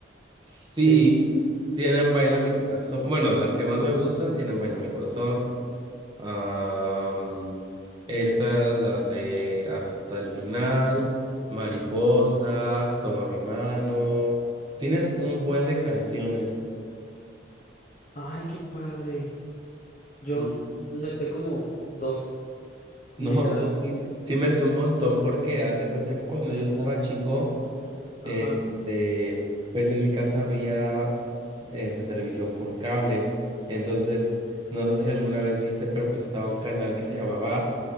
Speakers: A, on the right; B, on the left.
A: Sí,
B: Sí.
A: tienen Baila mi corazón. Bueno, las que más me gustan tienen Baila mi corazón. Am, esta, la de Hasta el final, Mariposas, Toma mi mano. Tienen un buen de canciones.
B: Ay, qué padre.
A: Sí.
B: Yo
A: <laughs>
B: me sé como dos,
A: No,
B: literal.
A: yo sí, sí me sé un montón porque haz de cuenta que cuando yo estaba chico Este,
B: Ajá,
A: pues en mi casa había este, televisión por cable. Entonces, no sé si alguna vez viste, pero pues estaba un canal que se llamaba